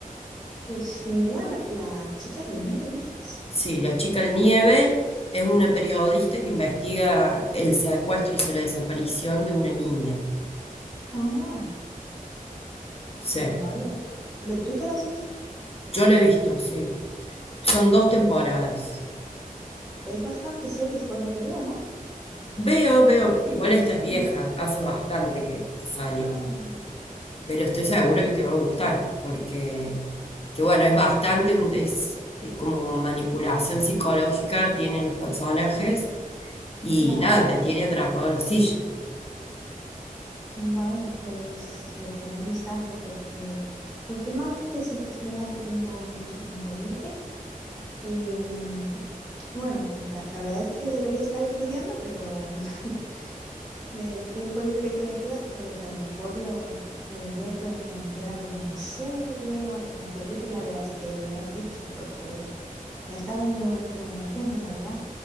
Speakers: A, in the centre; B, on the left (about 40°).
A: Pues ni idea, la, la chica de nieve, dices.
B: Sí, la chica de nieve es una periodista que investiga el secuestro, o sea, la desaparición de una niña.
A: Ah,
B: Sí,
A: vaya. Ve- ¿Tú te la has visto?
B: yo la he visto, sí. Son
A: Mm.
B: dos temporadas.
A: Ve- Ves bastante series por lo que veo, ¿no?
B: Veo, veo, igual esta
A: <laughs>
B: es vieja,
A: Eh,
B: hace bastante que, que salió,
A: Ah, vale, vale.
B: pero estoy segura
A: Pues
B: que te va a gustar, porque, que bueno, es bastante, un- es eh, como manipulación psicológica, tienen los personajes y
A: claro,
B: nada, te tiene atrapado en la silla.
A: vaya, pues le echaré un vistazo porque últimamente sí que es verdad que tengo mucho tiempo libre y mm, bueno, la, la verdad es que debería estar estudiando, pero <laughs> Del tiempo libre que me queda, pues a lo mejor lo, lo invierto en ver alguna serie o alguna película de las que me has dicho, porque me has dado muy buenas recomendaciones, la verdad.